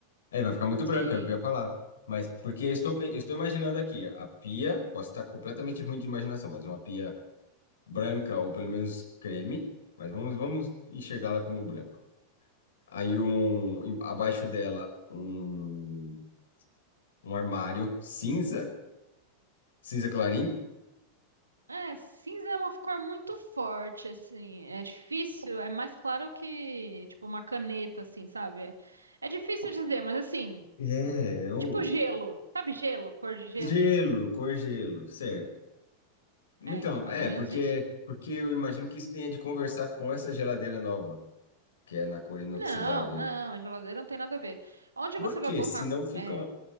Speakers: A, on the left; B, on the right.
A: É, vai ficar muito
B: Sim.
A: branca, é o que eu ia falar. Mas porque eu estou, pe- eu estou imaginando aqui, a pia, posso estar completamente ruim de imaginação, mas uma pia. branca, ou pelo menos creme, mas vamos, vamos enxergá-la como branca. Aí um, em- abaixo dela um, um armário cinza, cinza clarinho.
B: É, cinza é uma cor muito forte, assim. É difícil, é mais claro que, tipo, uma caneta, assim, sabe? É, é difícil dizer, mas assim,
A: É, eu,
B: tipo gelo. Sabe gelo? Cor de gelo?
A: gelo, cor gelo, certo. Então,
B: É, então, mais
A: é,
B: ou menos
A: porque,
B: isso.
A: porque eu imagino que isso tenha de conversar com essa geladeira nova, que é na cor inoxidável.
B: Não, não, a geladeira não tem nada a ver. Onde
A: Por
B: você
A: quê?
B: vai botar?
A: Senão fica,
B: é,
A: uma-